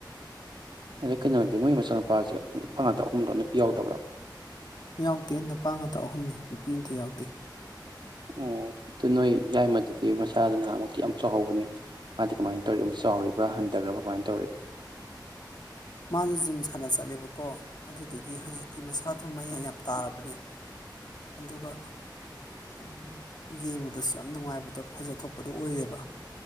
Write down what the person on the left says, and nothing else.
ꯌꯥꯎꯗꯦ ꯅꯨꯄꯥ ꯉꯥꯛꯇ ꯑꯍꯨꯝꯅꯤ ꯅꯨꯄꯤ ꯑꯝꯇ ꯌꯥꯎꯗꯦ
ꯃꯥꯖꯨ ꯖꯤꯝ ꯁꯥꯟꯅ ꯆꯠꯂꯦꯕꯀꯣ ꯑꯗꯨꯗꯨꯒꯤ ꯍꯧꯖꯤꯛꯇꯤ ꯃꯁꯥꯗꯣ ꯃꯌꯦꯡ ꯌꯥꯝ ꯇꯥꯔꯕꯅꯦ ꯑꯗꯨꯒ ꯎꯝ ꯌꯦꯡꯕꯗꯁꯨ ꯌꯥꯝ ꯅꯨꯡꯉꯥꯏꯕꯗꯣ ꯐꯖꯊꯣꯛꯄꯗꯣ ꯑꯣꯏꯌ‌ꯦꯕꯥ